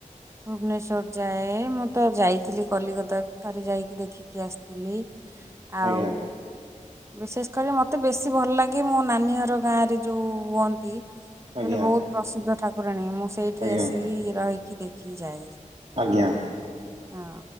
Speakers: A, on the right; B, on the right.
A: ଭୁବନେଶ୍ଵର ଯାଏ। ମୁଁ ତ ଯାଇଥିଲି, କଲିକତା ଥରେ ଯାଇକି ଦେଖି କି ଆସିଥିଲି। ଆଉ
B: ଆଜ୍ଞା।
A: ବିଶେଷ କରି ମୋତେ ବେଶୀ ଭଲ ଲାଗେ, ମୋ ନାନୀ ଘର ଗାଁରେ ଯଉ ହୁଅନ୍ତି
B: ଆଜ୍ଞା
A: ମାନେ ବହୁତ ପ୍ରସିଦ୍ଧ ଠାକୁରାଣୀ। ମୁଁ ସେଇଠି
B: ଆଜ୍ଞା
A: ଆସିକି ରହିକି ଦେଖିକି ଯାଏ।
B: ଆଜ୍ଞା।
A: ହଁ,